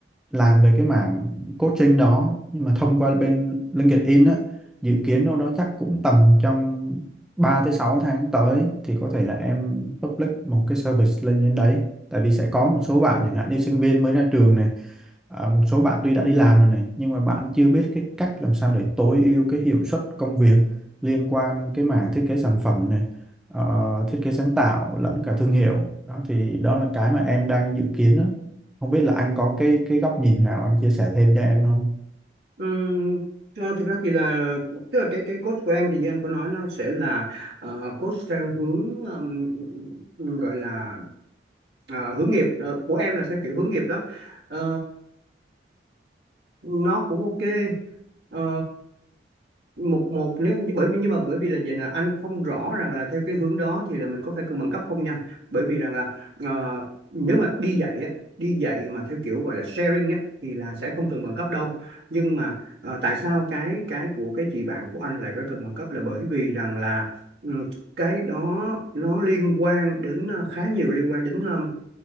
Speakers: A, in the centre; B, on the right.
A: làm về cái mảng coaching đó nhưng mà thông qua bên LinkedIn á dự kiến đâu đó chắc cũng tầm trong 3 tới 6 tháng tới thì có thể là em public một cái service lên trên đấy tại vì sẽ có một số bạn
B: Ồ.
A: chẳng hạn như sinh viên mới ra trường này À, một số bạn tuy đã đi làm rồi này nhưng mà bạn chưa biết cái cách làm sao để tối ưu cái hiệu suất công việc liên quan cái mảng thiết kế sản phẩm này ờ, thiết kế sáng tạo lẫn cả thương hiệu đó thì đó là cái mà em đang dự kiến đó. Không biết là anh có cái cái góc nhìn nào anh chia sẻ thêm cho em không
B: Ừm, ờ, thực ra thì là tức là cái cái coach của em thì như anh có nói nó sẽ là ờ, coach theo hướng ừm, gọi là ờ, hướng nghiệp Ờ, của em là theo kiểu hướng nghiệp đó Ờ, nó cũng ok Ờ, một một nếu bởi vì nhưng mà bởi vì là vậy là anh không rõ rằng là theo cái hướng đó thì là mình có phải cân bằng cấp không nha bởi vì rằng là ờ, nếu mà đi dạy á đi dạy mà theo kiểu gọi là sharing á thì là sẽ không cần bằng cấp đâu nhưng mà ờ, tại sao cái cái của cái chị bạn của anh lại phải cần bằng cấp là bởi vì rằng là ừ, cái đó nó liên quan đến ờ, khá nhiều liên quan đến ờ,